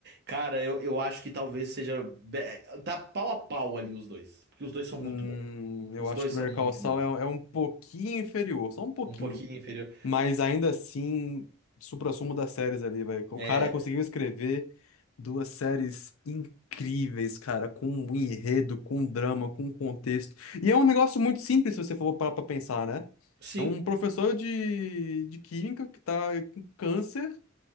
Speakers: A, on the right; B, on the left.
A: Cara, eu, eu acho que talvez seja. be- Tá pau a pau ali os dois. Porque os dois são
B: Hum,
A: muito bons.
B: eu
A: Os
B: acho
A: dois
B: que
A: são
B: Better
A: muito
B: Call Saul
A: bons.
B: é, é um pouquinho inferior, só um pouquinho.
A: Um pouquinho inferior.
B: Mas ainda assim, suprassumo das séries ali, velho. O
A: É.
B: cara conseguiu escrever duas séries incríveis, cara, com um enredo, com um drama, com um contexto. E é um negócio muito simples, se você for parar pra pensar, né?
A: Sim,
B: É um professor de, de química que tá com câncer